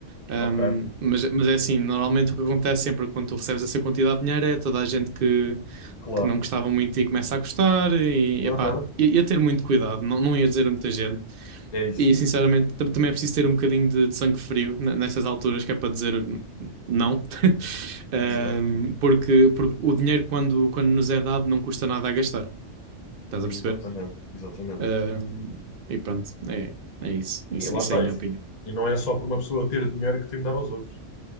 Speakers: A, on the right; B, on the left.
A: Ahm,
B: ok,
A: mas, mas é assim, normalmente o que acontece sempre quando tu recebes essa quantidade de dinheiro é toda a gente que,
B: claro.
A: que não gostava muito e começa a gostar e,
B: Aham,
A: epá, ia, ia ter muito cuidado, não, não ia dizer a muita gente.
B: É isso.
A: E sinceramente tam- também é preciso ter um bocadinho de, de sangue frio n- nessas alturas, que é para dizer "N- não. <laughs> Ahm,
B: Exato.
A: porque, porque o dinheiro quando, quando nos é dado não custa nada a gastar. Estás
B: Exatamente,
A: a perceber?
B: exatamente.
A: Ahm, e pronto, é, é isso. isso.
B: Sim, lá
A: Isso
B: está.
A: é a minha
B: E,
A: opinião.
B: e não é só por uma pessoa ter dinheiro que tem de dar aos outros.